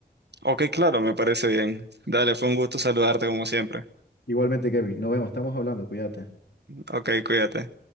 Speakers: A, on the right; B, on the left.
A: Ok, claro, me parece bien. Dale, fue un gusto saludarte como siempre.
B: Igualmente, Kevin, nos vemos, estamos hablando, cuídate.
A: Ok, cuídate.